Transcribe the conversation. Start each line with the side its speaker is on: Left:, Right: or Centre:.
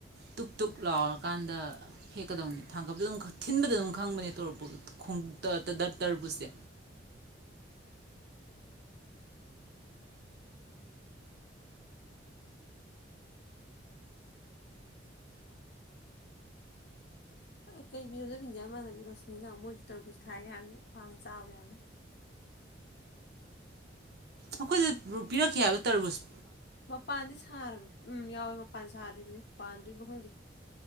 Right: ꯇꯨꯛ ꯇꯨꯛ ꯂꯥꯎꯔꯀꯥꯟꯗ ꯍꯦꯛꯀꯗꯧꯅꯦ ꯊꯥꯡꯀꯞꯗ ꯑꯗꯨꯝ ꯊꯤꯟꯕꯗ ꯑꯗꯨꯝ ꯈꯪꯕꯅꯦ ꯇꯣꯔꯣꯞꯄꯣꯡ ꯗ ꯗ ꯇꯔꯕꯨꯁꯇꯤ
Left: ꯍꯣꯏ ꯀꯩꯕꯤꯔꯣꯗꯕꯤꯟꯁꯦ ꯏꯃꯥꯟꯅꯕꯤ ꯔꯣꯁꯅꯤꯅ ꯃꯣꯏꯁꯨ ꯇꯔꯕꯨꯨꯁ ꯊꯥꯏꯒ ꯍꯥꯏꯕꯅꯤ ꯄꯥꯜꯂꯗꯤ ꯆꯥꯕ ꯌꯥꯕꯅꯤ
Right: ꯑꯩꯈꯣꯏꯗ ꯔꯨ ꯄꯤꯔꯛꯈꯤ ꯍꯥꯏ ꯇꯥꯔꯕꯨꯁ
Left: ꯃꯄꯥꯟꯗꯤ ꯁꯥꯔꯕꯅꯦ ꯎꯝ ꯌꯥꯎꯋꯦ ꯃꯄꯥꯟ ꯁꯥꯗ꯭ꯔꯤꯕꯅꯤ ꯄꯥꯟꯗ꯭ꯔꯤꯕ ꯈꯪꯗꯦ